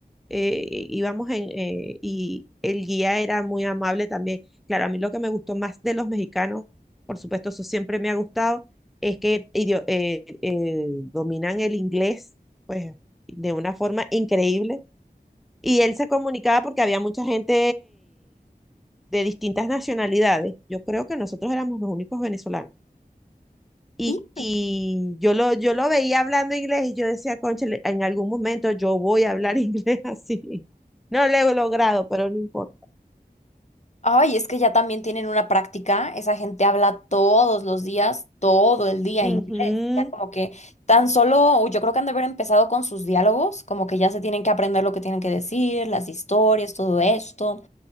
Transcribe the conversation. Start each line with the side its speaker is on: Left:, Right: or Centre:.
Centre: eh, íbamos en, eh, y el guía era muy amable también. Claro, a mí lo que me gustó más de los mexicanos, por supuesto, eso siempre me ha gustado, es que idio- eh, eh, dominan el inglés, pues, de una forma increíble. Y él se comunicaba porque había mucha gente de distintas nacionalidades. Yo creo que nosotros éramos los únicos venezolanos. Y,
Left: Sí.
Centre: y yo, lo, yo lo veía hablando inglés y yo decía, cónchale. en algún momento yo voy a hablar <laughs> inglés así. No lo he logrado, pero no importa.
Left: Ay, es que ya también tienen una práctica, esa gente habla todos los días, todo el día inglés,
Centre: Ujú.
Left: ya como que tan solo, yo creo que han de haber empezado con sus diálogos, como que ya se tienen que aprender lo que tienen que decir, las historias, todo esto,